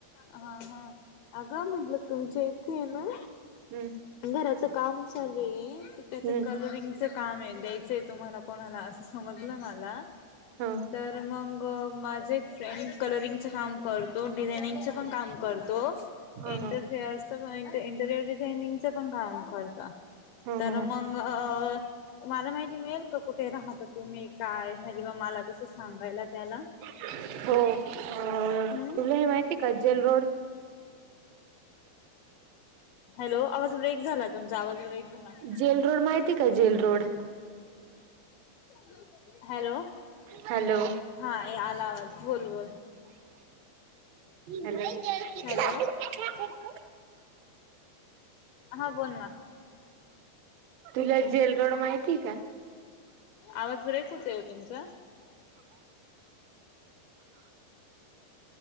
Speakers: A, on the left; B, on the right.
A: <inaudible> हा हा अगं म्हटलं तुमच्या इथे आहे ना
B: <inaudible> हम्म
A: घराच काम चालू आहे तर त्याच
B: हम्म
A: कलरिंग <inaudible> काम द्यायचय तुम्हाला कोणा अस समज मला
B: हा
A: <inaudible> तर मग माझे एक फ्रेंड कलरिंगच काम करतो डिझाइनिंग <inaudible> णतो <inaudible>
B: हा
A: इंेअ
B: हा
A: इंरिर डिझनंग <inaudible> पण काम करत <inaudible>
B: हा
A: तर
B: हा हा
A: मग अ मला माहिती मिळेल का कुठे राहत तुम्ही काय म्हणजे म मला तसं सांगायला त्याला <inaudible>
B: <inaudible> हो तुला
A: हम्म
B: हे माहिती आहे का जेल रोड
A: हॅलो आवाज ब्रेक झाला तुमचा आवाज ब्रेक झाला <inaudible>
B: जेल रोड माहिती का जेल रोड <inaudible>
A: <inaudible> हॅलो
B: हॅलो
A: हा आला आवाज बोल बोल
B: हॅलो
A: हॅलो हा बोल ना
B: तुला जेल रोड माहितीय का
A: आवाज ब्रेक होते हो तुमचा